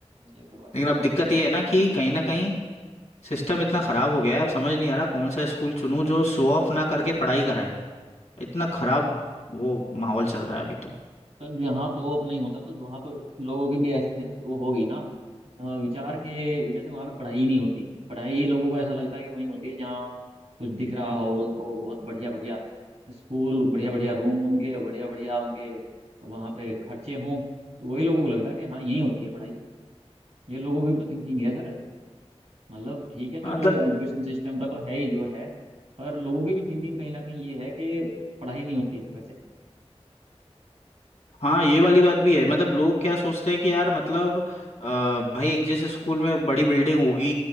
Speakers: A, on the right; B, on the left.
A: ये तो बात सही
B: लेकिन अब
A: है
B: दिक्कत
A: सर
B: ये है ना कि कहीं ना कहीं सिस्टम इतना खराब हो गया है अब समझ नहीं आ रहा कौन सा स्कूल चुनूँ जो शो ऑफ ना करके पढ़ाई कराए इतना खराब वो माहौल चल रहा है अभी तो
A: सर यहाँ तो ओप नहीं होता तो वहाँ तो लोगों की भी ऐसी से- वो होगी ना अ, विचार के जैसे वहां पे पढ़ाई ही नहीं होती पढ़ाई लोगों को ऐसा लगता है कि वहीं होती है जहाँ कुछ दिख रहा हो उनको बहुत बढ़िया बढ़िया स्कूल बढ़िया बढ़िया रूम उनके बढ़िया बढ़िया उनके वहां पे खर्चे हों तो वही लोगों को लगता है कि हाँ यहीं होती है पढ़ाई ये लोगों की भी तो थिंकिंग है सर मतलब ठीक है चलो
B: मतलब
A: एजुकेशन सिस्टम का तो है ही जो है पर लोगों की भी थिंकिंग कहीं ना कहीं ये है कि पढ़ाई नहीं होती वैसे
B: हाँ ये वाली बात भी है मतलब लोग क्या सोचते हैं कि यार मतलब अ, भाई जिस स्कूल में बड़ी बिल्डिंग होगी